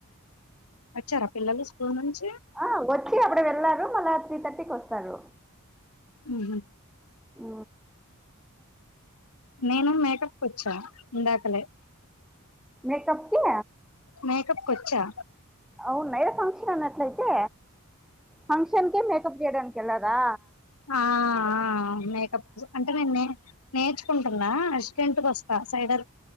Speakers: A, on the left (about 85°); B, in the centre.
A: అచార పల్లలు స్కూల్ నుంచి.
B: ఆ వచ్చి అప్పుడే వెళ్ళారు మళ్ళ త్రీ థర్టీకి వస్తారు.
A: ఉహు.
B: ఆ.
A: నేను మేకప్కి వచ్చా ఇందాకలే.
B: మేకప్కి.
A: మేకప్ కొచ్చా.
B: వున్నయ ఎ ఫంక్షన్ అన్నట్లయితే ఫంక్షన్ కి మేకప్ చేయడానికి వెళ్ళరా.
A: ఆ ఆ మేకప్ అంటే నేన్ నేచ. కుంటుందా అసిస్టెంట్ గా వస్తా సైడ.